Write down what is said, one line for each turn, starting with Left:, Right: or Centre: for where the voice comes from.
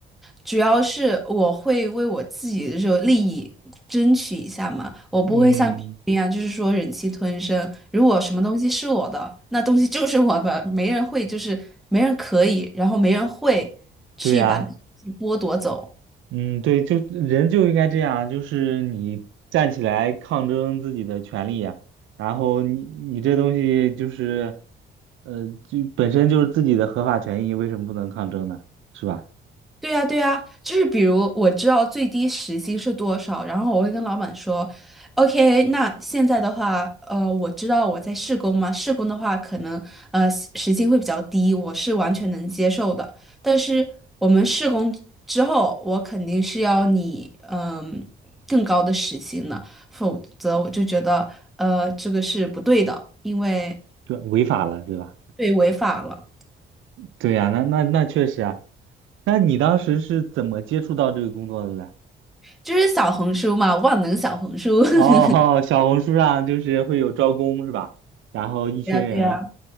Centre: 主要是我会为我自己的这个利益争取一下嘛，我不会像别人一样，
Right: 嗯，
Centre: 就是说忍气吞声。如果什么东西是我的，那东西就是我的，没人会，就是没人可以，然后没人会去把那东西剥夺走。
Right: 对呀，嗯，对，就人就应该这样啊，就是你站起来抗争自己的权利呀，然后你你这东西就是，呃，就本身就是自己的合法权益，为什么不能抗争呢？是吧？
Centre: 对呀，对呀，就是比如我知道最低时薪是多少，然后我会跟老板说，OK，那现在的话，呃，我知道我在试工嘛，试工的话可能呃时薪会比较低，我是完全能接受的。但是我们试工之后，我肯定是要你嗯、更高的时薪的，否则我就觉得呃这个是不对的，因为
Right: 对，违法了，对吧？
Centre: 对违法了，
Right: 对呀，那那那确实啊，那你当时是怎么接触到这个工作的嘞？
Centre: 就是小红书嘛，万能小红书。<laughs>
Right: 哦，小红书上就是会有招工是吧？然后一群人，
Centre: 对呀，对呀。